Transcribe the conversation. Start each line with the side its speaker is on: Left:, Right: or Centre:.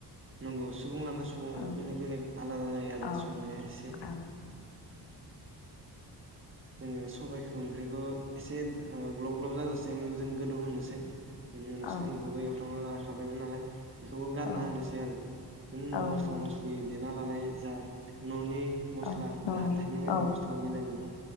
Right: नंगौ सुबुं लाना
Left: औ
Right: बेलेग बेलेग आलादा जायो आरो
Left: औ
Right: संनाया एसे
Left: औ
Right: जोङो सबायखौ ओंख्रिखौ एसे ग्लब ग्लब जाजासिम जों गोदौ होनोसै बेनि उनाव
Left: औ
Right: साम'खौबो एवथांना ला खाबायमोन नालाय बेखौबो गारना
Left: औ
Right: होनोसै आरो बिनि उनाव
Left: औ
Right: मस्ला
Left: नंगौ
Right: मस्लि ना लानाय जा न'नि मस्ला
Left: औ
Right: आरो
Left: न'नि
Right: हाथायनि बायनाय
Left: औ
Right: मस्ला मिलायनानै